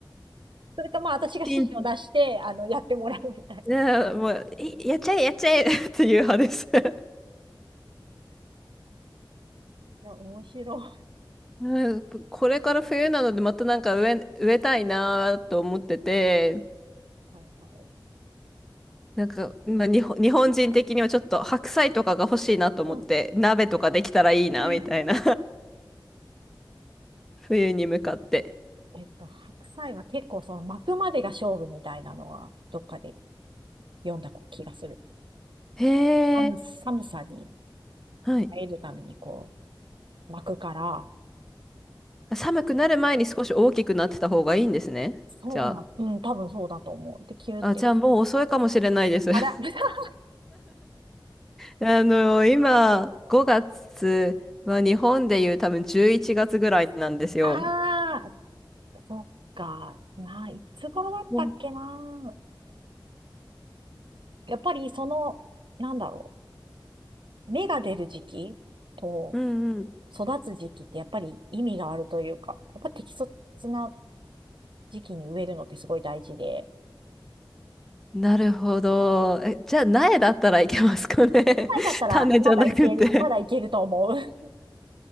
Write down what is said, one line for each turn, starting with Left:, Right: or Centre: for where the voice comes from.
Right: それかまあ私が指示を出して、
Centre: しん、
Right: あの、やってもらうみたいな。
Centre: ね、
Right: い
Centre: もう、いやっちゃえ、やっちゃえ <laughs> っていう派です。<laughs>
Right: や、面白い。
Centre: うん、これから冬なので、またなんか植え、植えたいなと思ってて、
Right: はいはい。
Centre: なんか、まあ、日本、日本人的にはちょっと白菜とかが欲しいなと思って、
Right: うん、
Centre: 鍋とかできたらいいなみたいな。
Right: 確かに。<laughs>
Centre: 冬に向かって。
Right: えっと、白菜は結構その巻くまでが勝負みたいなのはどっかで読んだ気がする。
Centre: へえ、
Right: 寒、寒さに
Centre: はい。
Right: 耐えるためにこう巻くから、
Centre: あ寒くなる前に少し大きくなってた方がいいんですね。
Right: そうなん、
Centre: じゃあ。
Right: うん、多分そうだと思う。で、キューって。
Centre: あ、じゃあもう遅いかもしれないです。
Right: あら、
Centre: <laughs>
Right: 豚 <laughs>
Centre: あの、今、5月は日本でいう多分11月ぐらいなんですよ。
Right: ああ、そっか。ないつ頃だったっけな。
Centre: うん
Right: やっぱりその、なんだろう。芽が出る時期と
Centre: うんうん。
Right: 育つ時期ってやっぱり意味があるというか、やっぱ適切な時期に植えるのってすごい大事で、
Centre: なるほど。え、じゃあ苗だったらいけますかね。
Right: 前だったらまだいける、
Centre: <laughs> 種じゃなくて
Right: まだいけると思う。